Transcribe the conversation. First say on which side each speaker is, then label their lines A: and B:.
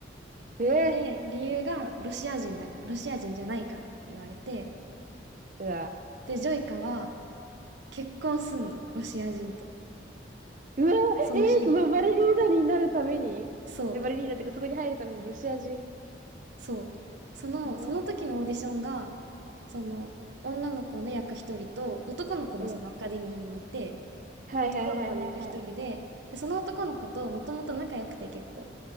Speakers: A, on the right (about 45°); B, on the right (about 75°).
A: ええ
B: で、理由がロシア人だ、ロシア人じゃないからって言われて、
A: ー、うわ
B: で、ジョイカは結婚すんの、ロシア人と。
A: ー、うわー、
B: その日に。
A: ええー、そのバレリーナになるためにえ、
B: そう、
A: バレリーナってか、そこに入るためにロシア人、
B: そう。その、
A: やば、
B: その時のオーディションが、その、女の子の役一人と、男の子もそのアカデミーにいて、
A: うん、はいはいはいはいはい、
B: 男の子の役一人で、で、その男の子ともともと仲良くて結構、